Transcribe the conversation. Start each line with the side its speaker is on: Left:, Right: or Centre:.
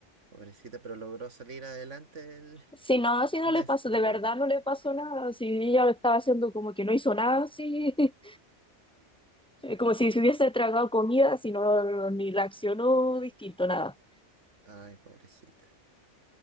Right: pobrecita, pero logró salir adelante del-
Centre: Si no, si no
Right: de
Centre: le
Right: ese
Centre: pasó, de
Right: problema.
Centre: verdad no le pasó nada. Si ella lo estaba haciendo como que no hizo nada, sí. <laughs> Como si se hubiese tragado comida, si no, ni reaccionó distinto, nada.
Right: Ay, pobrecita.